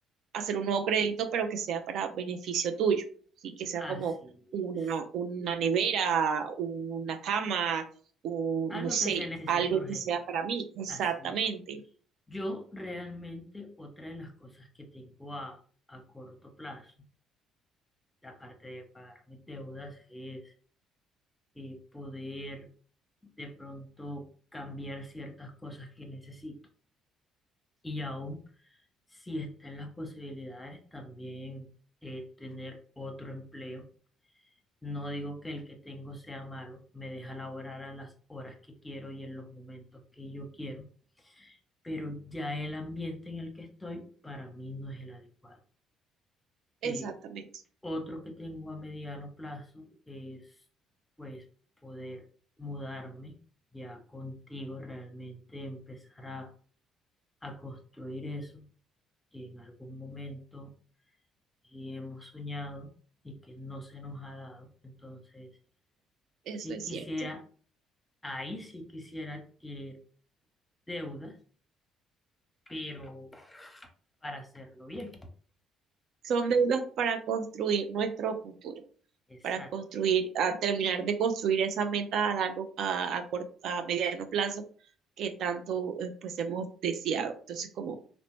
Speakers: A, on the right (about 55°); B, on the left (about 15°).
A: hacer un nuevo crédito, pero que sea para beneficio tuyo, y ¿sí? que sea
B: así
A: como una,
B: es.
A: una nevera, una cama, un,
B: Algo
A: no sé,
B: que se necesita
A: algo
B: urgente,
A: que sea para mí. Exactamente,
B: así es. Yo realmente otra de las cosas que tengo a, a corto plazo, aparte de pagar mis deudas, es eh, poder de pronto cambiar ciertas cosas que necesito. Y aún si está en las posibilidades, también eh, tener otro empleo. No digo que el que tengo sea malo, me deja laborar a las horas que quiero y en los momentos que yo quiero, pero ya el ambiente en el que estoy para mí no es el adecuado. Eh,
A: exactamente,
B: otro que tengo a mediano plazo es pues poder mudarme ya contigo, realmente empezar a a construir eso que en algún momento y hemos soñado y que no se nos ha dado. Entonces,
A: eso
B: sí
A: es
B: quisiera,
A: cierto.
B: ahí sí quisiera adquirir deudas, pero para hacerlo bien.
A: son
B: Es-
A: deudas para construir nuestro futuro,
B: Exacto,
A: para construir, a terminar de construir esa meta a largo, a, a, cort- a mediano plazo que tanto eh, pues hemos deseado. Entonces, como